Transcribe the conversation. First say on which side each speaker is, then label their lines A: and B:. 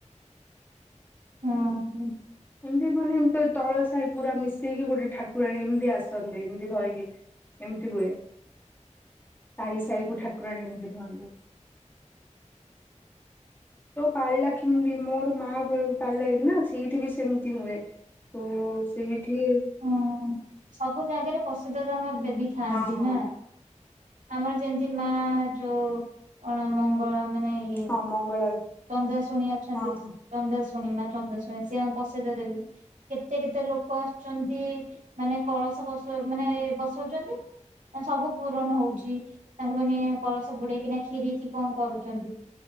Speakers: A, on the right; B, on the left.
A: ହଁ
B: ଏମିତି ମାନେ ଏମତି ତଳସାହି ହୋଇଥାଏ ପୁରା ମିଶେଇକି ଗୋଟେ ଠାକୁରାଣୀ ଏମତି ଆସନ୍ତି ଏମିତି ଧରିକି ଏମିତି ହୁଏ। ସାହି ସାହିକୁ ଠାକୁରାଣୀ ମନ୍ଦିର ତୋ ପାରଳାଖେମୁଣ୍ଡି ମୋର ମା ଘର ବି ପାଳିଲା କି ନା ସେଇଠି ବି ସେମିତି ହୁଏ। ହୁଁ ସେଇଠି
A: ହଁ ସବୁ ଜାଗାରେ ପ୍ରସିଦ୍ଧ ତାଙ୍କର ଦେବୀ ଥାଆନ୍ତି
B: ହଁ ହଁ
A: ନା ଆମର ଯେମିତି ମାଁ ଯୋଉ କଣ ମଙ୍ଗଳା ମାନେ ଇଏ
B: ହଁ ମଙ୍ଗଳା
A: ଚନ୍ଦ୍ରାଶୁଣୀ ଅଛନ୍ତି
B: ହଁ ହଁ।
A: ଚନ୍ଦ୍ରା ଶୁଣୀ ମା ଚନ୍ଦ୍ରାଶୁଣୀ ସିଏ ପସେଇଦ ଦେବୀ କେତେ କେତେ ଲୋକ ଆସୁଛନ୍ତି ମାନେ କଳସ ବସ ମାନେ ବସଉଛନ୍ତି ସବୁ ପୂୁରଣ ହଉଛି ତାଙ୍କୁ ମାନେ କଳସ ବୁଡେଇକିନା ଖିରକି କଣ କରୁଛନ୍ତି।